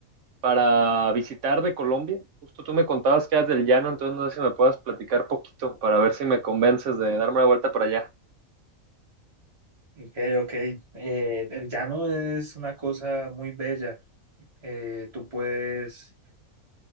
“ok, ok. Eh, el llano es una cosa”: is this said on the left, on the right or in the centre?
Right